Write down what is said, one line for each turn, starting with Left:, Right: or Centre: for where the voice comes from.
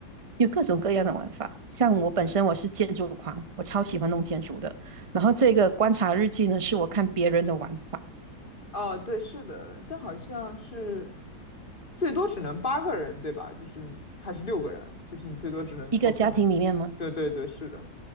Right: 有各种各样的玩法。像我本身我是建筑狂，
Left: 嗯
Right: 我超喜欢弄建筑的。然后这个观察日记呢，是我看别人的玩法，
Left: 哦，对，是的，但好像是最多只能八个人，对吧？就是还是六个人，就是你最多只能操控着。
Right: 一个家庭里面吗？
Left: 对对对，是的。